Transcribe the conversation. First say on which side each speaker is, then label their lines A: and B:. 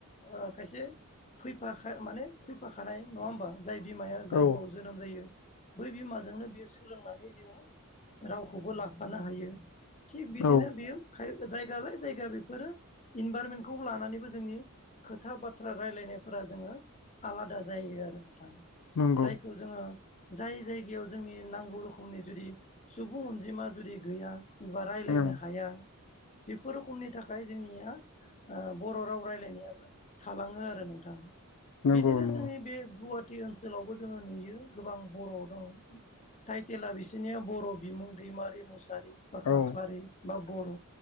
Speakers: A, on the left (about 30°); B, on the left (about 80°).
A: ओ खायसे फै माखा माने फैफाखानाय। नङा होमबा? जाय बिमाया गोरबोआव
B: औ
A: जोनोम जायो बै बिमाजोंनो बियो सोलोंनानै जोङो रावखौबो लाफानो हायो। थिग बिदिनो
B: औ
A: बियो खाय जायगा लाय जायगा बिफोरो इनभारमेन्टखौ लानानैबो जोंनि खोथा बाथ्रा रायलायनायफोरा जोङो आलादा जायो आरो नों थां
B: नंगौ
A: जायखौ जोङो जाय जायगायाव जोंनि नांगौ रोखोमनि जुदि सुबुं अनजिमा जुदि गैया बा रायज्लायनो
B: उम
A: हाया बेफोर रखमनि थाखाय जोंनिया ओ बर' राव रायलायनायाबो थालाङो आरो नोंथां।
B: नंगौ
A: बिदिनो
B: नंगौ
A: जोंनि बे गुवा टि ओनसोलावबो जोङो नुयो गोबां बर' दं थटाइटेला बिसिनिया बर' बिमुं दैमारि मुसारि बा खाख्लारि
B: औ
A: बा बर'